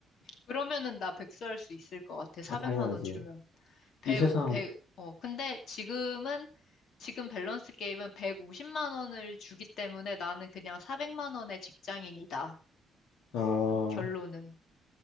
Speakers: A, on the left (about 70°); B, on the left (about 90°).
A: 그러면은 나 백수 할 수 있을 것 같아. 400만
B: 아 당연하지.
A: 원 주면. 백오-
B: 이 세상
A: 백 오백 어, 근데 지금은, 지금 밸런스 게임은 150만 원을 주기 때문에 나는 그냥 400만 원의 직장인이다.
B: 아
A: 결론은.